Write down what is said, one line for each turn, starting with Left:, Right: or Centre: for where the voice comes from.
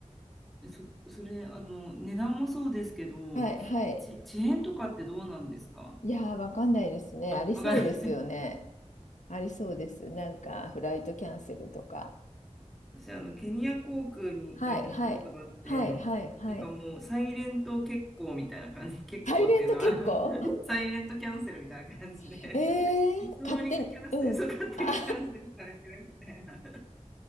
Centre: えそ、それ、あの、値段もそうですけど、
Left: はいはい、
Centre: ち、遅延とかってどうなんですか
Left: いやー、わかんないですね、
Centre: あ、
Left: ありそうですよね、
Centre: わかんない。
Left: ありそうです、なんかフライトキャンセルとか、
Centre: <laughs> 私、あの、ケニア航空に一回乗ったことがあって、
Left: はいはいはいはいはい、
Centre: なんかもう、サイレント欠航みたいな感じ、<laughs> 欠航っていうのは、
Left: サイレント結構
Centre: <laughs> サイレントキャンセルみたいな感じで、
Left: <laughs> えー、
Centre: <laughs> いつの間にかキャンセル、
Left: 勝手に、うん。
Centre: そう、勝手にキャンセルされてるみたいな。
Left: あ